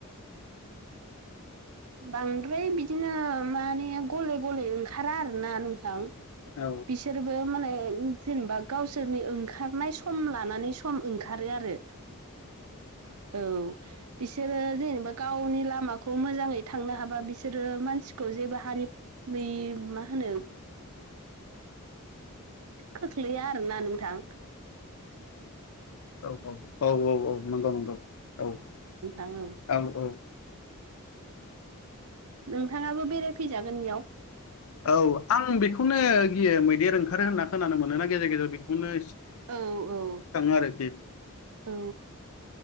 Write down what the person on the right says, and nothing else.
बांद्राय बिदिनो माने गले गले ओंखारा आरोना नोंथां
बिसोरबो माने जेनेबा गावसोरनि ओंखारनाय सम लानानै सम ओंखारो आरो औ बिसोरो जेनेबा गावनि लामाखौ खौ मोजाङै थांनो हाबा बिसोरो मानसिखौ जेबो हानि मा होनो खोख्लैया आरोना नोंथां
आङो
नोंथाङाबो बेरायफैजागोन बेयाव
औ औ
औ